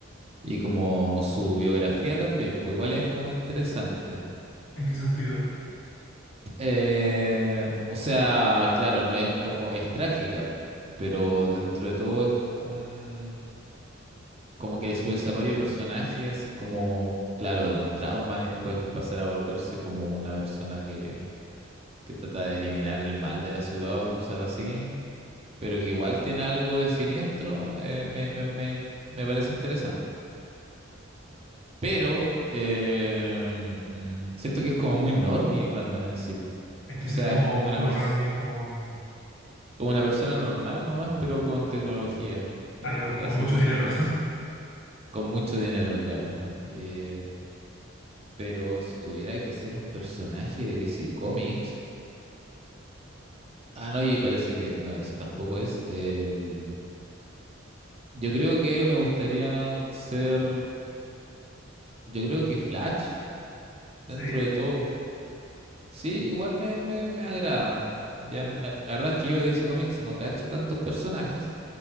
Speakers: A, on the right; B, on the left.
A: Y como su biografía también, pues igual es como interesante.
B: ¿En qué sentido?
A: Eh, o sea, claro, no es como, es trágica, pero dentro de todo es un, como que su desarrollo de personaje es como, claro, de un trauma y después pasar a volverse como una persona que, que trata de eliminar el mal de la ciudad o cosas así, pero que igual tiene algo de siniestro, eh, me, me, me me parece interesante. Pero eh, mm, siento que es como muy normie Batman en sí. po.
B: ¿En
A: O
B: qué se-
A: sea,
B: como,
A: es como una
B: como
A: pers-
B: normie, como
A: como una persona normal nomás, pero con tecnología y
B: ah, claro,
A: que
B: con
A: hace
B: mucho
A: cosas
B: dinero?
A: con eso. Con mucho dinero, claro. Eh, pero si tuviera que ser un personaje de DC Comics. Ah, no, y parece que. No, ese tampoco es. El... Yo creo que me gustaría ser. Yo creo que Flash, dentro
B: <laughs> ¿Sí?
A: de todo. Sí, igual me, me, me agrada. Ya, la, la verdad es que yo de DC Comics no cacho tantos personajes,